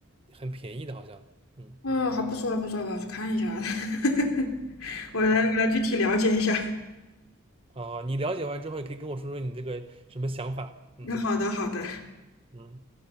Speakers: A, on the right; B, on the left.
A: 很便宜的，好像。嗯，
B: 嗯，好，不说了，不说了，我要去看一下。<laughs> 我来，
A: 好的。
B: 我来具体了解一下。
A: 啊，你了解完之后也可以跟我说说你这个什么想法。
B: <laughs> 那好的，
A: 嗯
B: 好的。
A: 嗯。